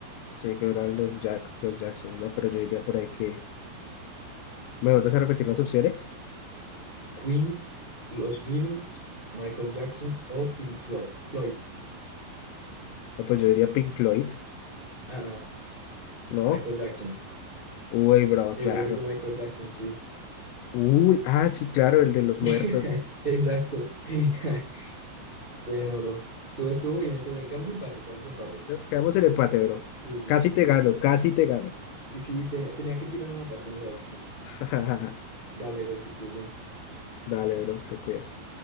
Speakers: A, on the left (about 85°); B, on the right (about 80°).
A: sé que eran los, Jack, los Jackson, no, pero yo diría por ahí que. ¿Me vuelves a repetir las opciones?
B: Queen, los Beatles, Michael Jackson o Pink Flo- Floyd.
A: No, pues yo diría Pink Floyd,
B: Ah, ah,
A: ¿no?
B: Michael Jackson.
A: Uy, bro,
B: Thriller
A: claro.
B: es de Michael Jackson, sí.
A: Uy, ah, sí, claro, el de los
B: <laughs>
A: muertos.
B: Exacto. <laughs> Bueno, bro. Estuvo, estuvo bien, estuvo bien. Quedamos empate, quedamos empate.
A: <laughs> Quedamos en empate, bro.
B: Sí, sí,
A: Casi
B: sí.
A: te gano, casi te gano.
B: Y sí, tenía, tenía que tirar a matar con esa última.
A: <laughs>
B: Dale, bro, que estés bien.
A: Dale, bro, te cuidas.